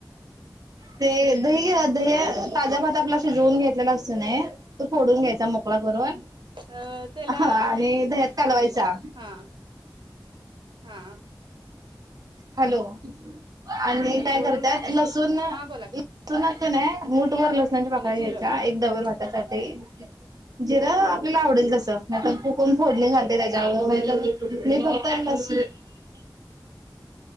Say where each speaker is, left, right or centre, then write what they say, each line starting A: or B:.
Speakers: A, on the right; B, on the right.
A: ते दही दही ताज्या भात आपला शिवून घेत <inaudible> असतोय की नाही. तू फोडून घ्यायचा मोकळा करून
B: अ त्याला
A: हा आणि
B: म्हणजे
A: दह्यात कालवायचा.
B: हा हा
A: हॅलो आणि काय
B: वरून
A: करत्यात लसूण
B: झीर हा बोला की
A: ल कणी मु र लस पाक
B: आणि
A: घ्यायचा
B: जिरं
A: एकदा वर भातासाठी
B: हा
A: ज <inaudible> ला आवडेल तस
B: हा
A: चुकून फोडणी घात त्याच्यावर फक्त